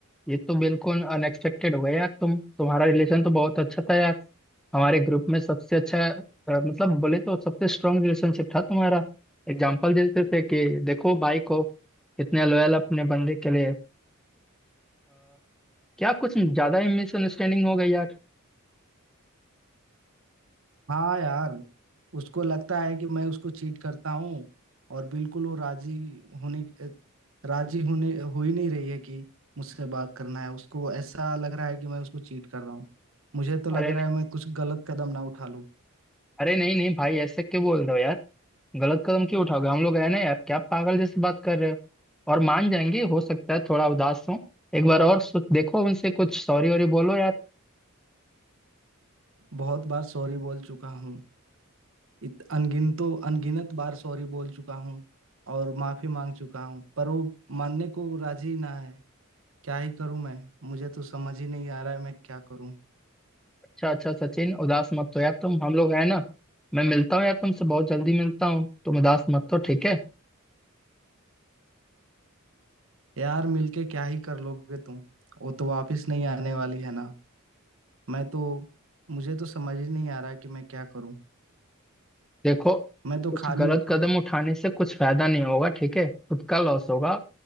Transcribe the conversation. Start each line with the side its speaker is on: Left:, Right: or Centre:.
Centre: ये तो बिल्कुल अनएक्सपेक्टेड हो गया यार तुम तुम्हारा रिलेशन तो बहुत अच्छा था यार हमारे ग्रुप में सबसे अच्छा अ, मतलब बोले तो सबसे स्ट्रांग रिलेशनशिप था तुम्हारा एग्जाम्पल देते थे कि देखो भाई को कितने लॉयल अपने बंदे के लिए क्या कुछ ज्यादा ही मिसअंडरस्टैंडिंग हो गई यार
Right: हाँ यार उसको लगता है कि मैं उसको चीट करता हूँ और बिल्कुल वो राजी होने राजी होने हो ही नहीं रही है कि मुझसे बात करना है उसको ऐसा लग रहा है कि मैं उसको चीट कर रहा हूँ मुझे तो लग
Centre: अरे
Right: रहा
Centre: नहीं
Right: है मैं कुछ गलत कदम ना उठा लूँ
Centre: अरे नहीं नहीं भाई ऐसे क्यों बोल रहे हो यार गलत कदम क्यों उठाओगे हम लोग है ना यार क्या पागल जैसे बात कर रहे हो और मान जाएंगे हो सकता है थोड़ा उदास हो एक बार और सोच देखो उनसे कुछ सॉरी वॉरी बोलो यार
Right: बहुत बार सॉरी बोल चुका हूँ इत अनगिन तो अनगिनत बार सॉरी बोल चुका हूँ और माफी मांग चुका हूँ पर वो मानने को राजी ना है क्या ही करूँ मैं मुझे तो समझ ही नहीं आ रहा है मैं क्या करूँ
Centre: अच्छा अच्छा सचिन उदास मत हो यार तुम हम लोग है ना मैं मिलता हूँ यार तुमसे बहुत जल्दी मिलता हूँ तुम उदास मत हो ठीक है
Right: यार मिलके क्या ही कर लोगे तुम वो तो वापस नहीं आने वाली है ना मैं तो मुझे तो समझ ही नहीं आ रहा है कि मैं क्या करूँ
Centre: देखो
Right: मैं तो
Centre: कुछ
Right: खाली
Centre: गलत कदम उठाने से कुछ फायदा नहीं होगा ठीक है खुद का लॉस होगा